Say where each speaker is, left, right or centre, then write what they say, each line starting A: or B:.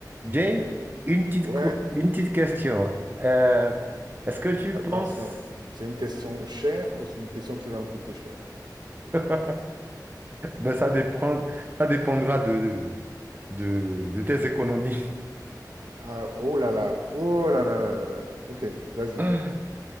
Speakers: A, on the right (about 25°); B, on the right (about 75°).
A: Jay,
B: OK.
A: une petite,
B: Ouais,
A: co- une petite question. Euh, est-ce que tu
B: attention.
A: penses...
B: C'est une question chère ou c'est une question qui va me coûter cher?
A: <laughs> Ben, ça dépend, ça dépendra de, de, de- de tes économies.
B: Ah, oh là là, oh là là là là là. là. Ok, vas-y.
A: <laughs>